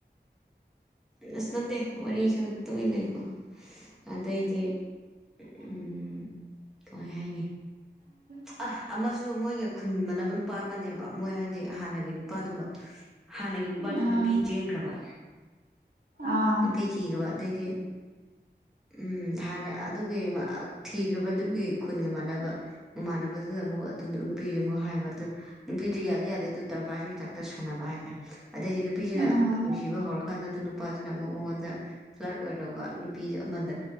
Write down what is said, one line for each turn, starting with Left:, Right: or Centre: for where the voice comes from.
Centre: ꯑꯁ ꯅꯠꯇꯦ ꯋꯥꯔꯤꯁꯨ ꯇꯨꯃꯤꯟꯅ ꯂꯩꯀꯣ ꯑꯗꯩꯗꯤ ꯎꯝ ꯀꯃꯥꯏ ꯍꯥꯏꯅꯤ
Right: <inaudible>
Centre: ꯑ ꯑꯃꯁꯨ ꯃꯣꯏꯒ ꯈꯨꯟ ꯃꯅꯕ ꯅꯨꯄꯥ ꯑꯃꯅꯦꯕ ꯃꯣꯏ ꯍꯥꯏꯗꯤ ꯍꯥꯟꯅꯒꯤ ꯅꯨꯄꯥꯗꯨꯒ ꯍꯥꯟꯅꯒꯤ ꯅꯨꯄꯥꯗꯨ
Right: ꯎꯝ
Centre: ꯅꯨꯄꯤ ꯆꯦꯟꯈ꯭ꯔꯕ
Right: ꯑꯥ
Centre: ꯅꯨꯄꯤ ꯊꯤꯈ꯭ꯔꯕ ꯑꯗꯩꯗꯤ ꯎꯝ ꯍꯥꯟꯅ ꯑꯗꯨꯒꯤ ꯊꯤꯈ꯭ꯔꯕꯗꯨꯒꯤ ꯈꯨꯟꯒ ꯃꯥꯟꯅꯕ ꯃꯃꯥꯟꯅꯕꯗꯨꯗ ꯑꯃꯨꯛ ꯑꯗꯨ ꯅꯨꯄꯤꯗꯨꯃꯨꯛ ꯍꯥꯏꯕ ꯑꯗꯨ ꯅꯨꯄꯤꯗꯨ ꯌꯥꯗꯤ ꯌꯥꯗꯦ ꯑꯗꯨ ꯇꯕꯥꯕꯤ ꯇꯥꯞꯇ ꯁꯥꯟꯅ ꯍꯥꯏ ꯇꯥꯏ ꯑꯗꯩꯗꯤ ꯅꯨꯄꯤꯁꯤꯅ
Right: ꯎꯝ
Centre: ꯅꯨꯡꯁꯤꯕ ꯍꯧꯔꯀꯥꯟꯗꯗ ꯅꯨꯄꯥꯁꯤꯅ ꯑꯃꯨꯛ ꯃꯉꯣꯟꯗ ꯐ꯭ꯂꯔꯠ ꯑꯣꯏꯔꯧꯕ ꯅꯨ ꯄꯤꯗꫭ ꯑꯃꯗ